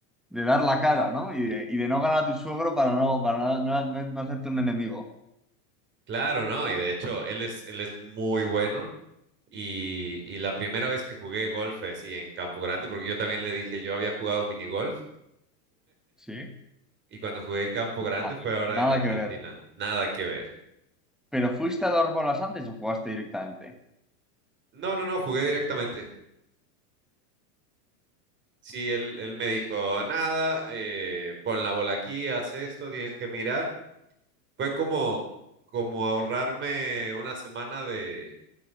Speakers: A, in the centre; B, on the right.
A: de dar la cara, ¿no? Y de, y de no ganar a tu suegro para no, para no, no- no no hacerte un enemigo.
B: Claro, ¿no? Y de hecho, él es, él es muy bueno. Y, y la primera vez que jugué golf así en Campo Grande, porque yo también le dije, yo había jugado minigolf
A: Sí.
B: y cuando jugué en Campo Grande
A: Na-
B: fue ahora
A: nada
B: en Argentina.
A: que ver.
B: Nada que ver.
A: ¿Pero fuiste a dos bolas antes o jugaste directamente?
B: No, no, no, jugué directamente. Sí, él, él me dijo, nada, eh, pon la bola aquí, haz esto, tienes que mirar. Fue como, como ahorrarme una semana de,